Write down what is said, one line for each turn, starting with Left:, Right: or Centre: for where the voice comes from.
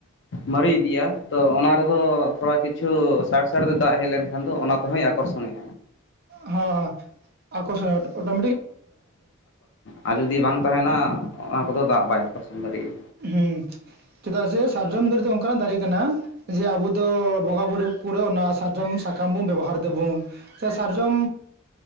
Left: ᱢᱟᱨᱮ ᱤᱫᱤᱜᱟ ᱛᱚ ᱚᱱᱟ ᱨᱮᱫᱚ ᱛᱷᱚᱲᱟ ᱠᱤᱪᱷᱩ ᱥᱟᱰ ᱥᱟᱭᱰ ᱨᱮ ᱫᱟᱜ ᱦᱮᱡ ᱞᱮᱱᱠᱷᱟᱱ ᱫᱚ ᱚᱱᱟᱼᱼ ᱦᱚᱭ ᱟᱠᱚᱨᱥᱚ ᱱᱮᱜ
Right: ᱦᱚᱭ ᱟᱚᱨᱥᱚᱱ <unintelligible>
Left: ᱟᱨ ᱡᱩᱫᱤ ᱵᱟᱝ ᱛᱟᱦᱮᱱᱟ ᱚᱱᱟ ᱠᱚᱫᱚ ᱫᱟᱜ ᱵᱟᱭ ᱚᱯᱟᱨᱥᱚᱱ ᱫᱟᱲᱮᱭᱟᱜᱼᱟ᱾
Right: ᱦᱮᱸ ᱪᱮᱫᱟᱜ ᱥᱮ ᱥᱟᱨᱡᱚᱢ ᱫᱟᱨᱮ ᱫᱚ ᱚᱱᱠᱟᱱᱟᱜ ᱫᱟᱨᱮ ᱠᱟᱱᱟ᱾ ᱡᱮ ᱟᱵᱚ ᱫᱚ ᱵᱚᱸᱜᱟ ᱵᱩᱨᱩ ᱠᱚᱨᱮ ᱚᱱᱟ ᱥᱟᱨᱡᱚᱢ ᱥᱟᱠᱟᱢ ᱵᱚᱱ ᱵᱮᱵᱚᱦᱟᱨ ᱮᱫᱟᱵᱚᱱᱼᱼ ᱥᱮ ᱥᱟᱨᱡᱚᱢ